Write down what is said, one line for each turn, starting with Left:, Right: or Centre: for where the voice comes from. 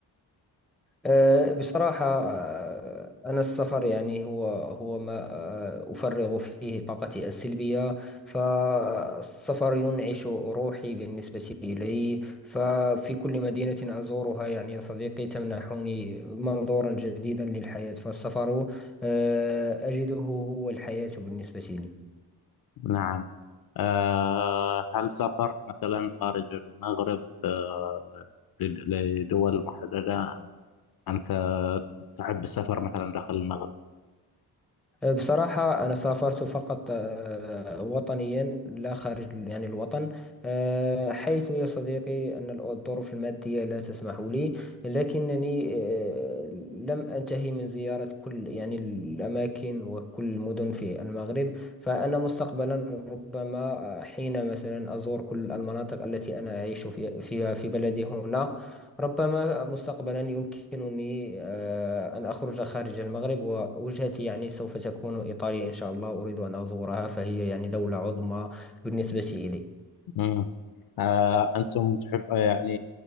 Centre: أه، بصراحة أه، أنا السفر يعني هو هو ما أه، أفرغ فيه طاقتي السلبية فالسفر ينعش روحي بالنسبة إلي ففي كل مدينة أزورها يعني يا صديقي تمنحني منظورا جديدا للحياة فالسفر أه، أجده هو الحياة بالنسبة لي
Left: نعم آه، هل سافرت مثلا خارج المغرب آه، لد- لدول محددة أم أنت تحب السفر مثلا داخل المغرب؟
Centre: بصراحة أنا سافرت فقط آه، وطنيا لا خارج يعني الوطن آه، حيث يا صديقي أن الظروف المادية لا تسمح لي لكنني آه، لم أنتهي من زيارة كل يعني الأماكن وكل المدن في المغرب فأنا مستقبلا ربما حين مثلا أزور كل المناطق التي أنا أعيش في- فيها في بلدي هنا ربما مستقبلا يمكنني آه، أن أخرج خارج المغرب ووجهتي يعني سوف تكون إيطاليا إن شاء الله أريد أن أزورها فهي يعني دولة عظمى بالنسبة إلي
Left: مم. آه، أنتم تحب آه، يعني